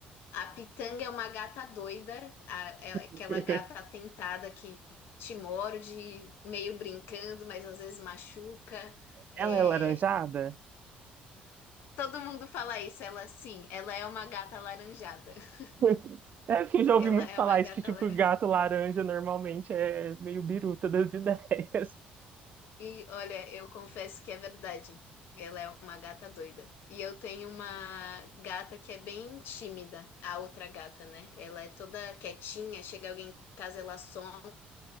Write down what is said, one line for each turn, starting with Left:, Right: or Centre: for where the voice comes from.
Left: A Pitanga é uma gata doida, a- ela-
Right: <laughs>
Left: aquela gata atentada que te morde, meio brincando, mas às vezes machuca. É,
Right: Ela é laranjada?
Left: todo mundo fala isso, ela sim, ela é uma gata alaranjada. <laughs>
Right: <laughs> É porque eu já ouvi
Left: Ela
Right: muito
Left: é
Right: falar
Left: uma gata
Right: isso, que tipo,
Left: alaranjada.
Right: gato laranja normalmente é meio biruta das <laughs> ideias.
Left: E olha, eu confesso que é verdade. Ela é uma gata doida. E eu tenho uma gata que é bem tímida, a outra gata, né? Ela é toda quietinha, chega alguém em casa, ela some.